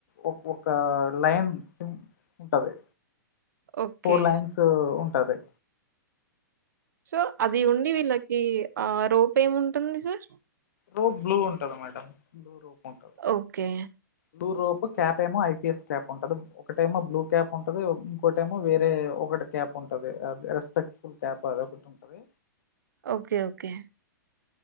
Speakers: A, on the left; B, on the right.
A: ఒ ఒక లైన్ సిమ్ ఉంటంది
B: ఓకే.
A: ఫోర్ లైన్స్ టది
B: సో అది ఉండి వీళ్ళకి ఆ రోప్ ఏముంటుంది సార్
A: రోప్ బ్లూ ఉంటది మేడం బ్లు రోప్ ఉంటంది
B: ఓకే.
A: బ్లూ రోపు క్యాప్ ఏమో ఐపీఎస్ క్యాప్ ఉంటది ఒకట ఏమో బ్లూ క్యాప్ ఉంటంది ఇంకోట ఏమో వేరే ఒకటి క్యాప్ ఉంటది అది రెస్పెక్ట్ఫుల్ క్యాప్ అది ఒకటి ఉంటంది
B: ఓకే ఓకే